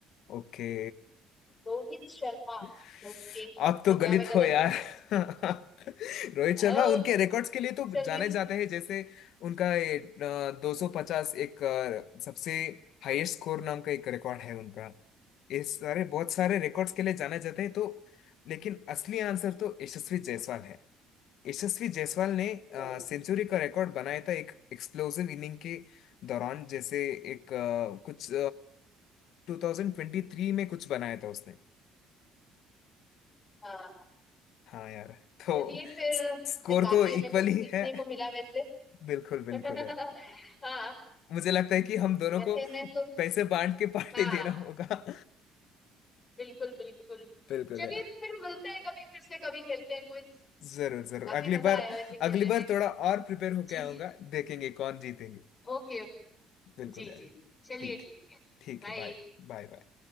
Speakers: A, on the left (about 60°); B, on the left (about 20°).
A: ओके
B: रोहित शर्मा
A: <laughs>
B: ओके तो
A: आप तो गलत
B: क्या मैं गलत
A: हो यार
B: हूँ
A: <laughs> रोहित शर्मा
B: ओ,
A: उनके रिकॉर्ड्स के लिए तो
B: चलिए
A: जाने
B: फिर
A: जाते हैं जैसे उनका ये दो सौ पचास एक अ, सबसे हाईएस्ट स्कोर नाम का एक रिकॉर्ड है उनका ये सारे बहुत सारे रिकॉर्ड्स के लिए जाने जाते हैं तो लेकिन असली आंसर तो यशस्वी जायसवाल है यशस्वी जायसवाल ने
B: ओ
A: सेंचुरी का रिकॉर्ड बनाया था एक एक्सप्लोसिव इनिंग के दौरान जैसे एक अ, कुछ टू थाउजेंड ट्वेंटी थ्री में कुछ बनाया था उसने
B: हाँ
A: हाँ यार तो
B: चलिए फिर
A: स्कोर
B: से काफी
A: तो
B: हमें
A: इक्वल
B: कुछ
A: ही
B: सीखने
A: है
B: को मिला वैसे
A: बिल्कुल बिल्कुल
B: <laughs>
A: यार
B: हाँ
A: मुझे लगता है कि हम दोनों
B: वैसे
A: को
B: मैं तो
A: पैसे बांट के पार्टी
B: हाँ
A: देना होगा
B: बिल्कुल बिल्कुल
A: बिल्कुल
B: चलिए
A: यार
B: फिर मिलते हैं कभी फिर से कभी खेलते हैं क्विज
A: जरूर जरूर
B: काफी
A: अगली
B: मजा
A: बार
B: आया वैसे खेलने
A: अगली बार
B: में
A: थोड़ा और प्रिपेयर होके
B: जी
A: आऊंगा
B: जी
A: देखेंगे कौन जीतेंगे
B: ओके
A: बिल्कुल
B: जी
A: यार
B: जी चलिए
A: ठीक
B: ठीक है
A: ठीक
B: बाय
A: है बाय बाय बाय